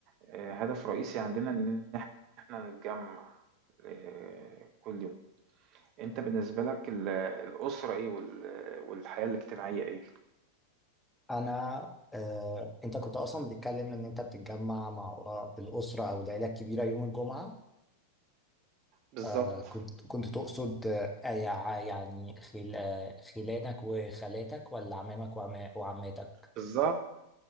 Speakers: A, on the right; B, in the centre.
A: آه، هدف رئيسي عندنا إن إحنا نتجمع آه، كل يوم أنت بالنسبة لك ال- الأسرة إيه وال- والحياة الاجتماعية إيه؟
B: أنا آه، أنت كنت أصلا بتتكلم إن أنت بتتجمع مع آه، الأسرة أو العيلة الكبيرة يوم الجمعة
A: بالظبط
B: آه، كنت كنت تقصد آه، يع- يعني خل- آه، خلانك وخالاتك ولا عمامك وعما- وعماتك
A: بالظبط